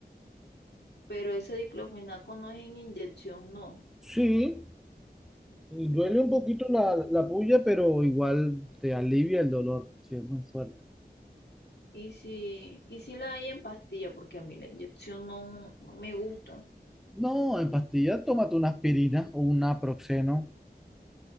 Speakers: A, on the left (about 85°); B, in the centre.
A: Pero ese diclofenaco no es en inyección, no.
B: Sí, y duele un poquito la, la puya, pero igual te alivia el dolor si es muy fuerte.
A: Y si, y si la hay en pastilla, porque a mí la inyección no, no me gusta.
B: No, en pastilla, tómate una aspirina o un naproxeno.